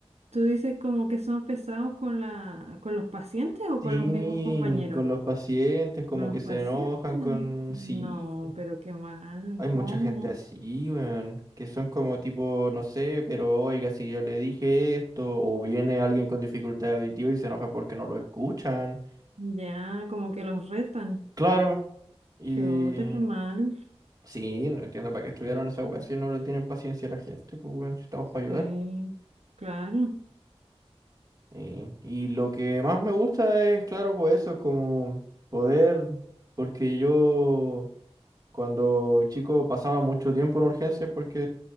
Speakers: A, on the right; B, on the right.
A: tú dices como que son pesados con la, con los pacientes o
B: Sí,
A: con los mismos compañeros.
B: con los pacientes, como
A: Con los
B: que
A: pacientes.
B: se enojan con...
A: No,
B: Sí,
A: pero qué mal,
B: hay
A: ¿cómo?
B: mucha gente así, weón, que son como tipo, no sé, pero oiga, si yo le dije esto, o viene alguien con dificultad auditiva y se enoja porque no lo escuchan.
A: Ya, como que los retan.
B: Claro, y
A: Chuta, qué mal.
B: Sí, no entiendo para qué estudiaron esa weá si no le tienen paciencia a la gente, pues weón, si estamos para ayudar.
A: Sí, claro.
B: Eh, y lo que más me gusta es, claro, pues eso es como poder, porque yo cuando chico pasaba mucho tiempo en urgencias porque